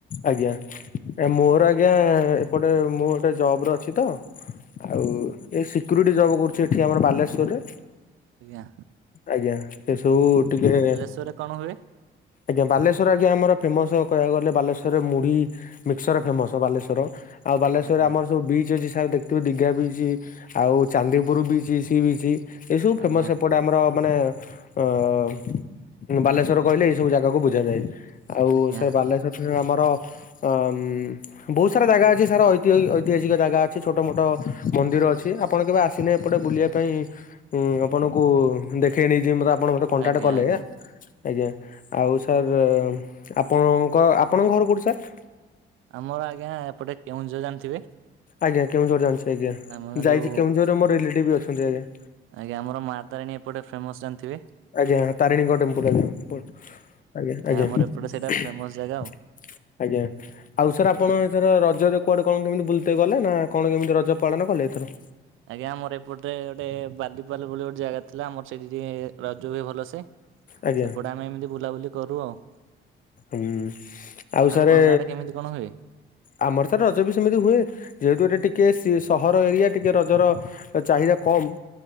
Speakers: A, on the left; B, on the right.
A: ଆଜ୍ଞା! ମୋର ଆଜ୍ଞା! ଏପଟେ ମୁଁ ଗୋଟେ ଜବରେ ଅଛି ତ। ଆଉ ଏଇ ସିକ୍ୟୁରିଟି ଯବ କରୁଛି। ଏଠି ଆମର ବାଲେଶ୍ଵରରେ।
B: ଆଜ୍ଞା।
A: ଆଜ୍ଞା! ସେ ସବୁ ଟିକେ।
B: ସେଥିରେ କଣ ହୁଏ?
A: ଆଜ୍ଞା! ବାଲେଶ୍ୱର ଆଜ୍ଞା! ଆମର ଫେମସ। କହିବାକୁ ଗଲେ ବାଲେଶ୍ୱରରେ ମୁଢି ମିକ୍ସଚର ଫେମସ ବାଲେଶ୍ୱର। <inaudible> ଆଉ ବାଲେଶ୍ଵରରେ
B: ଆଜ୍ଞା
A: ଆମର ସବୁ ବିଚ୍ ଅଛି ସାର୍ ଦେଖିବେ ଦିଘା ବିଚ୍। ଆଉ ଚାନ୍ଦିପୁର ବିଚ ସି ବିଚ ଏସବୁ ଫେମସ
B: ଆଜ୍ଞା
A: ଏପଟେ ଗୋଟେ ଆମର ମାନେ <inaudible> ଅ ଅ <inaudible> ବାଲେଶ୍ଵର କହିଲେ ଏଇ ସବୁ ଜାଗାକୁ ବୁଝାଯାଏ। ଆଉ
B: ଆଜ୍ଞା।
A: ସେ ବାଲେଶ୍ଵର ସାଇଟରେ ଆମର <inaudible> ଆ ମୁ ବହୁତ ସାରା ଜାଗା ଅଛି। ସାର୍ ଐତିହ ଐତିହାସିକ ଜାଗା ଅଛି। ଛୋଟ ମୋଟ ମନ୍ଦିର ଅଛି। ଆପଣ କେବେ ଆସିଲେ ଏପଟେ ବୁଲିବାକୁ ସେଇଥିପାଇଁ ଉଁ ଆପଣଙ୍କୁ ଦେଖେଇ ନେଇଯିବି। ମତେ ଆପଣ ମତେ କଣ୍ଟାକ୍ଟ
B: ଆଜ୍ଞା
A: କଲେ
B: ଆଜ୍ଞା
A: <inaudible> ଆଜ୍ଞା!। ଆଉ ସାର୍ <inaudible> ଆପଣଙ୍କ ଆପଣଙ୍କ ଘର କୋଉଠି ସାର୍?
B: ଆମର ଆଜ୍ଞା! ଏପଟେ କେଉଁଝର ଜାଣିଥିବେ?
A: ଆଜ୍ଞ! କେଉଁଝର ଜାଣିଛି ଆଜ୍ଞା!।
B: ଆମର
A: ଯାଇଛି
B: ଯୋଉ
A: କେଉଁଝରରେ ମୋର ରିଲେଟିଭ ବି ଅଛନ୍ତି ଆଜ୍ଞା!।
B: ଆଜ୍ଞା! ଆମର ମା ତାରିଣୀ ଏପଟେ ଫେମସ ଜାଣିଥିବେ?
A: ଆଜ୍ଞା! ତାରିଣୀଙ୍କ ଟେମ୍ପୁଲ ଆଜ୍ଞା!, <inaudible> ଆଜ୍ଞା!
B: ଆମର
A: ଆଜ୍ଞା!।
B: ଏପଟେ ସେଇଟା ଫେମସ ଜାଗା ଆଉ।
A: <inaudible> ଆଜ୍ଞା!। ଆଉ ସାର୍ ଆପଣ ଏଥର ରଜରେ କୁଆଡେ କଣ କେମିତି ବୁଲତେଇ ଗଲେ? ନା କଣ କେମିତି ରଜ ପାଳନ କଲେ ଏଥର।
B: ଆଜ୍ଞା! ଆମର ଏପଟେ ଗୋଟେ ବାଦିପାଲ ବୋଲି ଗୋଟେ ଜାଗା ଥିଲା, ଆମର ସେଇଠି ଟିକ ରଜ ହୁଏ ଭଲ ସେ <inaudible>
A: ଆଜ୍ଞା
B: ସେପଟେ ଆମେ ଏମିତି ବୁଲାବୁଲି କରୁ ଆଉ।
A: <inaudible> ଆଉ
B: ଆପଣଙ୍କ
A: ସାରେ।
B: ଆଡେ କେମିତି କଣ ହୁଏ?
A: ଆମର ସାର୍ ରଜ ବି ସେମିତି ହୁଏ। <inaudible> ଯେହେତୁ ଏ ଟିକେ ସହର ଏରିଆ ଟିକେ ରଜର ଚାହିଦା କମ୍।